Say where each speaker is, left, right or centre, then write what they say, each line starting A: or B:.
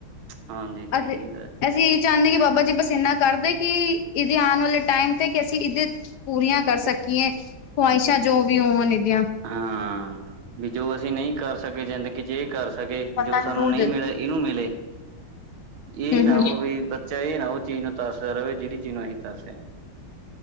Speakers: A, on the right; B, on the left.
A: ਹਾਂਜੀ ਹਾਂਜੀ
B: ਅੱ ਅਸੀਂ ਇਹੀ ਚਾਹੁੰਦੇ ਹਾ। ਕਿ ਬਾਬਾ ਜੀ ਬੱਸ ਏਨਾ ਕਰਦੇ। ਕਿ ਇਹਦੇ ਆਉਣ ਵਾਲੇ ਟਾਈਮ ਤੇ। ਕਿ ਅਸੀਂ ਇਹਦੇ ਪੂਰੀਆਂ ਕਰ ਸਕੀਏ ਖਵਾਹਿਸ਼ਾਂ। ਜੋ ਵੀ ਹੋਣ ਇਹਦੀਆਂ।
A: ਹਾਂ ਹਾਂ ਵੀ ਜੋ ਅਸੀਂ ਨਹੀਂ ਕਰ ਸਕੇ ਜ਼ਿੰਦਗੀ ਚ ਏ ਕਰ ਸਕੇ।
B: ਪਤਾ
A: ਜੋ
B: ਨੀ
A: ਸਾਨੂੰ
B: ਹੂੰ
A: ਨਹੀਂ ਮਿਲੇ ਇਹਨੂੰ ਮਿਲੇ। ਇਹ ਨਾ
B: ਹੂੰ
A: ਹੋਵੇ। ਬੱਚਾ ਇਹ ਨਾ ਹੋਵੇ। ਹੋਰ ਚਾਹੀਦਾ। ਦੱਸਦਾ ਰਹੇ ਜਿਹੜੀ ਚੀਜ ਨੂੰ ਅਸੀਂ ਨੀ ਦੱਸਦੇ।